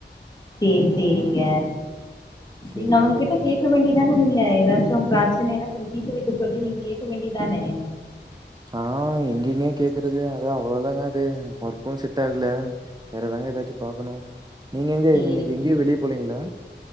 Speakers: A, on the left (about 20°); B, on the right (about 20°).
A: சேரி சேரிங்க
B: சேரி
A: நீங் அவங்கக்கிட்ட கேக்க வேண்டிய தானே நீ ங்லே எதாச்சு பிரச்சனைனா கொஞ்ச தீத்து வைக்க சொல்லி நீங் கேக்க வேண்டியதானே
B: ஆ எங்கெங்க கேக்குறது அதா அவ்ளோதாங்க அது ஒர்க்கு செட் ஆக்ல வேறதாங்க எதாச்சு பாக்கணு நீங்க எங்க
A: சேரிங்
B: இன்னக்கி எங்கேயு வெளிய போலைங்களா